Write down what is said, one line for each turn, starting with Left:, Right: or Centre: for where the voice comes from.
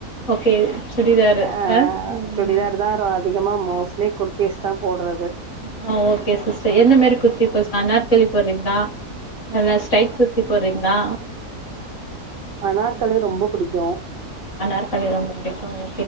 Left: ஓகே சுடிதாரு
Right: அ
Left: ஆ ம்
Right: சுடிதார் தா ரோ அதிகமா மோஸ்லி குர்த்திஸ் தா போட்றது
Left: ஆ ஓகே சிஸ்டர் என்ன மேரி குர்த்தி போஸ் அனாற்களி போட்றீங்ளா நல்லா ஸ்டெய்ட் குர்த்தி போட்றீங்ளா
Right: அனார்களி ரொம்ப புடிக்கு
Left: அனார்களி ரொம்ப புடிக்காது